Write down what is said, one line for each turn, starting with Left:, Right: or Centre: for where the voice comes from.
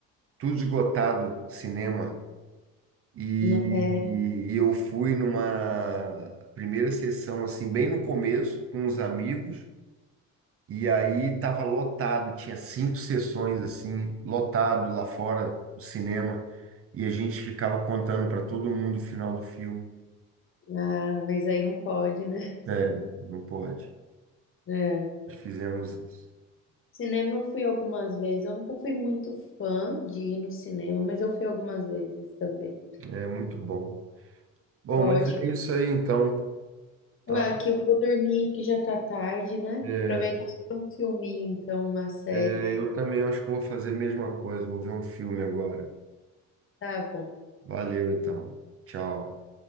Right: tudo esgotado, cinema. E,
Left: No- é.
Right: e eu fui numa primeira sessão, assim, bem no começo, com uns amigos. E aí tava lotado, tinha cinco sessões assim, lotado lá fora do cinema, e a gente ficava contando para todo mundo o final do filme.
Left: Ah, mas aí não pode, né?
Right: Sério, não pode.
Left: É.
Right: Nós Fizemos isso.
Left: Cinema eu fui algumas vezes. Eu nunca fui muito fã de ir no cinema, mas eu fui algumas vezes também.
Right: É muito bom. Bom,
Left: Ótimo.
Right: mas é isso aí então, tá?
Left: Ué, aqui eu vou dormir, que já tá tarde, né?
Right: É,
Left: Aproveitar pra um filminho, então, uma série.
Right: é, eu também acho que vou fazer a mesma coisa, vou ver um filme agora.
Left: Tá bom.
Right: Valeu então. Tchau.